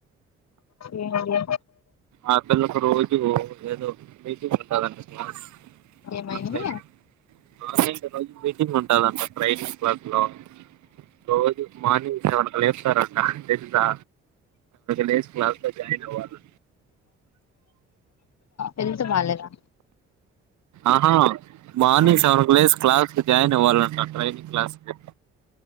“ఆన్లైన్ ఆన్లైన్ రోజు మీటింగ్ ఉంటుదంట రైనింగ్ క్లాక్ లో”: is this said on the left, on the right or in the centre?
Right